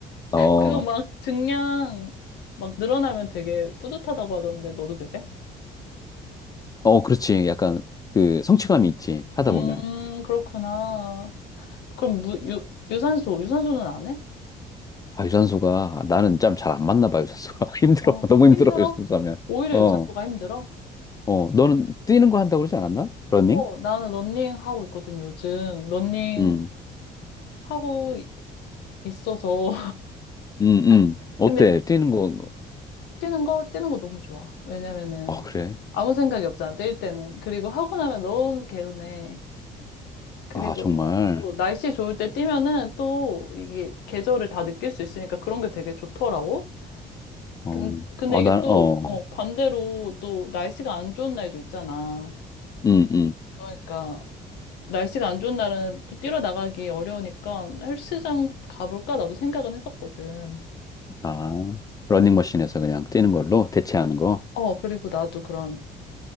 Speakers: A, on the left (about 20°); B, on the left (about 80°).
A: 어,
B: 그거 막 증량 막 늘어나면 되게 뿌듯하다고 하던데, 너도 그래?
A: 어, 그렇지. 약간 그 성취감이 있지, 하다
B: 음,
A: 보면.
B: 그렇구나. 그럼 무, 유, 유산소, 유산소는 안 해?
A: 아, 유산소가, 나는 짬 잘 안 맞나 봐, 유산소가. <laughs> 힘들어.
B: 어,
A: 너무 힘들어,
B: 힘들어?
A: 유산소 하면.
B: 오히려
A: 어,
B: 유산소가 힘들어?
A: 어, 너는 뛰는 거 한다고 그러지 않았나? 러닝?
B: 어, 나는 러닝 하고 있거든, 요즘. 러닝
A: 응,
B: 하고 있어서.
A: 응, 응.
B: <laughs>
A: 어때?
B: 근데
A: 뛰는 거,
B: 뛰는 거, 뛰는 거 너무 좋아. 왜냐면은
A: 어, 그래.
B: 아무 생각이 없잖아, 뛸 때는. 그리고 하고 나면 너무 개운해. 그리고
A: 아, 정말.
B: 어, 날씨 좋을 때 뛰면은 또 이게 계절을 다 느낄 수 있으니까 그런 게 되게 좋더라고.
A: 어,
B: 근, 근데
A: 아,
B: 이게
A: 난,
B: 또
A: 어,
B: 어, 반대로 또 날씨가 안 좋은 날도 있잖아.
A: 음, 음.
B: 그러니까 날씨가 안 좋은 날은 또 뛰러 나가기 어려우니까 헬스장 가볼까? 나도 생각은 했었거든.
A: 아, 러닝머신에서 그냥 뛰는 걸로 대체하는 거.
B: 어, 그리고 나도 그런